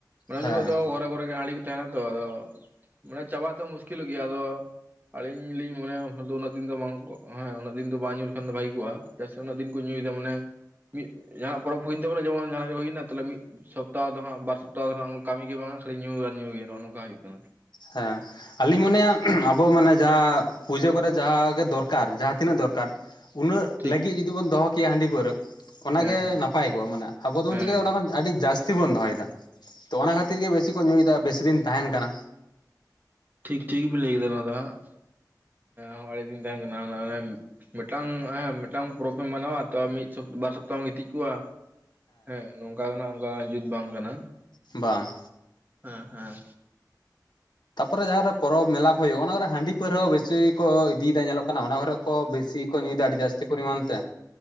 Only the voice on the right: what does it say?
ᱢᱟᱱᱮ ᱩᱱ
ᱡᱚᱠᱷᱚᱡ ᱫᱚ ᱜᱷᱚᱨᱮ ᱜᱷᱚᱨᱮ ᱜᱮ ᱦᱟᱺᱰᱤ ᱠᱚ ᱛᱟᱦᱮᱱᱟ ᱛᱚ ᱟᱫᱚ ᱢᱟᱱᱮ ᱪᱟᱵᱟᱜ ᱛᱮᱦᱚᱸ ᱢᱩᱥᱠᱤᱞᱚᱜ ᱜᱮᱭᱟ ᱟᱫᱚ। ᱟᱞᱤᱧ ᱞᱤᱧ ᱢᱚᱱᱮᱭᱟ ᱫᱚ ᱩᱱᱟᱹᱜ ᱫᱤᱱ ᱫᱚ ᱵᱟᱝ ᱠᱚᱜ ᱦᱮᱸ ᱩᱱᱟᱹᱜ ᱫᱤᱱ ᱫᱚ ᱵᱟᱝ ᱧᱩ ᱞᱮᱠᱷᱟᱱ ᱫᱚ ᱵᱷᱟᱜᱤ ᱠᱚᱜᱼᱟ। ᱪᱟᱜ ᱥᱮ ᱩᱱᱟᱹᱜ ᱫᱤᱱ ᱠᱚ ᱧᱩᱭᱮᱫᱟ ᱢᱟᱱᱮ ᱼᱼ ᱢᱤᱫ ᱡᱟᱦᱟᱱᱟᱜ ᱯᱚᱨᱚᱵᱽ ᱦᱩᱭᱮᱱ ᱛᱟᱵᱚᱱᱟ ᱡᱮᱢᱚᱱ ᱡᱟᱦᱱᱟᱜ ᱜᱮ ᱦᱩᱭᱮᱱᱟ ᱛᱟᱦᱟᱞᱮ ᱢᱤᱫ ᱥᱚᱯᱛᱟᱦᱚ ᱫᱚ ᱦᱟᱸᱜ ᱵᱟᱨ ᱥᱚᱯᱛᱚ <inaudible> ᱠᱟᱹᱢᱤ ᱜᱮ ᱵᱟᱝᱟ ᱠᱷᱟᱹᱞᱤ ᱧᱩ ᱟᱨ ᱧᱩ ᱜᱮ ᱱᱚᱜᱼ ᱱᱚᱝᱠᱟ ᱦᱩᱭᱩᱜ ᱠᱟᱱᱟ
ᱦᱮᱸ
ᱴᱷᱤᱠ
ᱦᱮᱸ
ᱦᱮᱸ
ᱦᱮᱸ
ᱦᱮᱸ
ᱴᱷᱤᱠ ᱴᱷᱤᱠ ᱵᱤᱞ ᱞᱟᱹᱭ ᱟᱠᱟᱫᱟ ᱱᱚᱣᱟ ᱫᱚ ᱦᱟᱸᱜ। ᱦᱳᱭ ᱟᱹᱰᱤ ᱫᱤᱱ ᱛᱟᱦᱮᱸᱱ ᱠᱟᱱᱟ ᱦᱟᱱᱟ <unintelligible> ᱢᱤᱫᱴᱟᱝ ᱦᱮᱸ ᱢᱤᱫᱴᱟᱝ ᱯᱚᱨᱚᱵᱽ ᱮᱢ ᱢᱟᱱᱟᱣᱟ ᱛᱚ ᱢᱤᱫ ᱥᱚᱯᱛ- ᱵᱟᱨ ᱥᱚᱯᱛᱟᱦᱚᱢ ᱜᱤᱛᱤᱡ ᱠᱚᱜᱼᱟ। ᱦᱮᱸ ᱱᱚᱝᱠᱟᱱᱟᱜ ᱚᱱᱠᱟ ᱡᱩᱛ ᱵᱟᱝ ᱠᱟᱱᱟ
ᱦᱮᱸ ᱦᱮᱸ